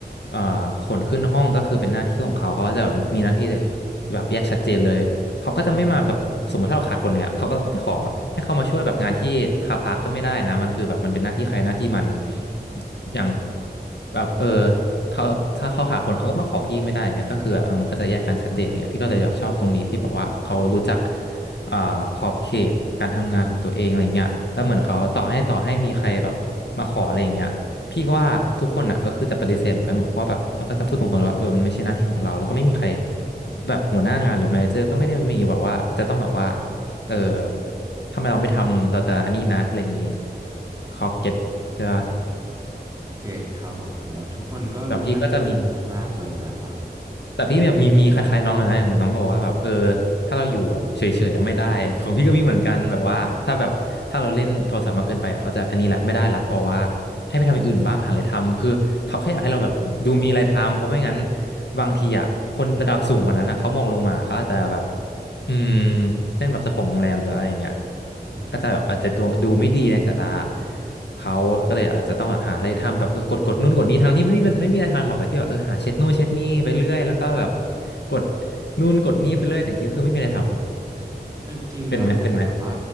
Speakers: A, on the left; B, on the right.
A: เอ่อขนขึ้นห้องก็คือเป็นหน้าที่ของเขาเขาก็จะมีหน้าที่แบบแยกชัดเจนเลยเขาก็จะไม่มาแบบสมมติถ้าเราขาดคนเนี่ยเขาก็เราก็ไปขอให้เขามาช่วยแบบงานที่คาพักก็ไม่ได้นะมันคือแบบมันเป็นหน้าที่ใครหน้าที่มัน
B: อืมอืม
A: อย่างแบบเออ เขาถ้าเขาหาคนเขาก็มาขอพี่ไม่ได้อย่างเงี้ยก็คือแบบเออมันก็จะแยกกันชัดเจนเลยอะพี่ก็เลยแบบชอบตรงนี้ที่แบบว่าเขารู้จักอ่าขอบเขตการทำงานของตัวเองอะไรเงี้ยแล้วเหมือนเขาต่อให้ต่อให้มีใครแบบมาขออะไรอย่างเงี้ยพี่ก็ว่าทุกคนอ่ะก็คือจะปฏิเสธเหมือนกันหมดเพราะว่าแบบมันก็จะพูดตรงๆเลยว่าเออมันไม่ใช่หน้าที่ของเราแล้วก็ไม่มีใครแบบหัวหน้างานหรือแมเนเจอร์ก็ไม่ได้มีแบบว่าจะต้องแบบว่าเออทำไมเราไม่ทำเราจะอันนี้นะอะไรอย่างงี้เขาเก็ตใช่ปะ
B: เกตครับผมมันแบบทุกคนก็รู้หน้าที่รู้งานตัวเองแล้วอะ
A: แต่พี่ก็จะมี แต่พี่แบบมีมีคล้ายๆน้องอะนะอย่างน้องบอกว่าแบบเออถ้าเราอยู่แบบเฉยๆอะไม่ได้ของพี่ก็มีเหมือนกันแบบว่าถ้าแบบถ้าเราเล่นโทรศัพท์มากเกินไปเขาจะอันนี้ละไม่ไดว่าบอกว่าให้ไปทำอย่างอื่นบ้างหาอะไรทำคือเขาแค่อยากให้เราแบบดูมีอะไรทำเพราะไม่งั้น
B: โอเค
A: บางทีอ่ะคนระดับสูงกว่านั้นอ่ะเขามองลงมาเขาอาจจะแบบ อืมเส้นแบบเจ้าของโรงแรมหรืออะไรอย่างเงี้ย
B: อืม
A: ก็จะแบบอาจจะดูดูไม่ดีในสายตาเขาก็เลยอาจจะต้องแบบหาอะไรทำแบบเออกดกดนู่นกดนี่ทั้งที่ไม่มีมันไม่มีอะไรทำหรอกแต่ที่แบบเออหาเช็ดนู่นเช็ดนี่ไปเรื่อยแล้วก็แบบ
B: อ่า
A: กดนู่นกดนี่ไปเรื่อยแต่จริงๆคือไม่มีอะไรทำ
B: แต่จริงครับผมแบบว่า
A: เป็นไหมเป็นไหม